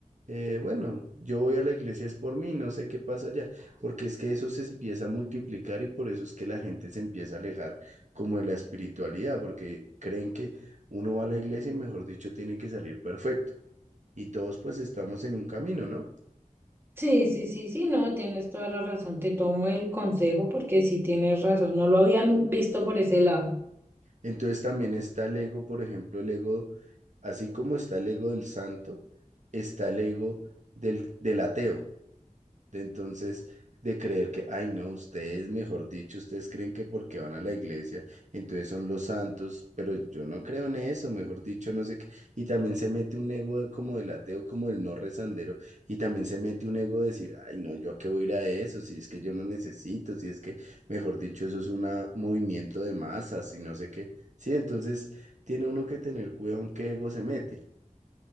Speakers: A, on the right; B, on the right.
A: eh, bueno, yo voy a la iglesia es por mí, no sé qué pasa allá, porque es que eso se empieza a multiplicar y por eso es que la gente se empieza a alejar como de la espiritualidad, porque creen que uno va a la iglesia y mejor dicho tiene que salir perfecto. Y todos pues estamos en un camino, ¿no?
B: Sí, sí, sí, sí, no, tienes toda la razón. Te tomo el consejo porque sí tienes razón. No lo habían visto por ese lado.
A: Entonces también está el ego, por ejemplo, el ego, así como está el ego del santo. está el ego del, del ateo, de entonces de creer que, ay no, ustedes, mejor dicho, ustedes creen que porque van a la iglesia, entonces son los santos, pero yo no creo en eso, mejor dicho, no sé qué. Y también se mete un ego de- como del ateo, como el no rezandero, y también se mete un ego de decir, ay no, yo a qué voy a ir a eso, si es que yo no necesito, si es que, mejor dicho, eso es un movimiento de masas y no sé qué. Sí, entonces tiene uno que tener cuidado en qué ego se mete.